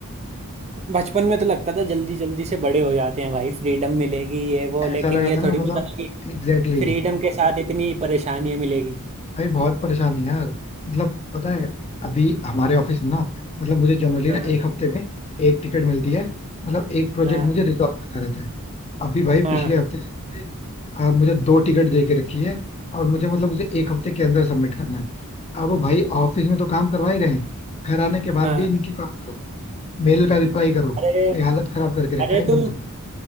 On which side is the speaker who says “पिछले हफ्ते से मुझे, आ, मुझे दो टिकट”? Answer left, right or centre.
Left